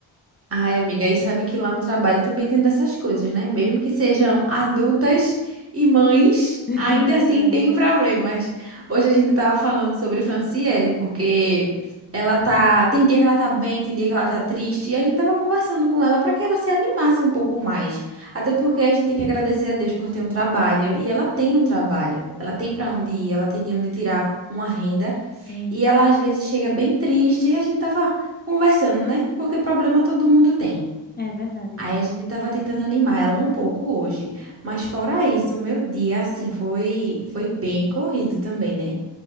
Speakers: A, on the right; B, on the left.
A: Ai, amiga, e sabe que lá no trabalho também tem dessas coisas, né? Mesmo que sejam adultas e mães,
B: <laughs>
A: ainda
B: É verdade.
A: assim tem problemas. Hoje a gente tava falando sobre Franciele, porque ela tá, tem dia que ela tá bem, tem dia que ela tá triste, e a gente tava conversando com ela para que ela se animasse um pouco mais. Até porque a gente tem que agradecer a Deus por ter um trabalho, e ela tem um trabalho. Ela tem para onde ir, ela tem de onde tirar uma renda.
B: Sim,
A: E ela às vezes chega bem triste e a gente tava conversando, né? Porque problema todo mundo tem.
B: é verdade.
A: Aí a gente tava tentando animar ela um pouco hoje, mas fora isso, o meu dia assim foi foi bem corrido também, né?